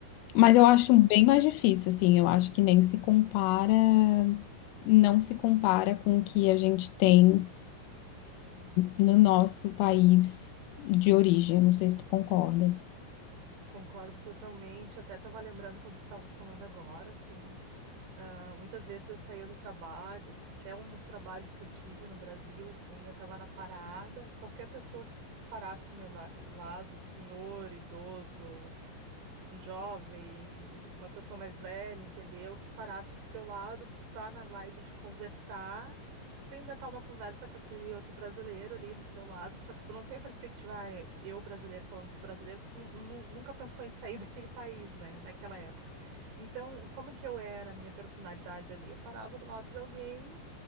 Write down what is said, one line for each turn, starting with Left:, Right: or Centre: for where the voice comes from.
Left: Mas eu acho bem mais difícil, assim, eu acho que nem se compara, não se compara com o que a gente tem no nosso país de origem. Eu Não sei se tu concorda.
Right: Concordo totalmente. Até estava lembrando quando tu estava falando agora, assim. Ah, muitas vezes eu saía do trabalho, qualquer um dos trabalhos que eu tive no Brasil, assim, eu estava na parada, qualquer pessoa que que parasse do meu la- lado, senhor, idoso, um jovem, uma pessoa mais velha, entendeu? Que parasse do teu lado, se tu tá na vibe de conversar, tu ia engatar uma conversa com aquele outro brasileiro ali do teu lado, só que tu não tem a perspectiva, ah, eu brasileiro falando com brasileiro, porque tu nu- nu- nunca pensou em sair <laughs> daquele país, né, naquela época. Então, como que eu era a minha personalidade ali? Eu parava do lado de alguém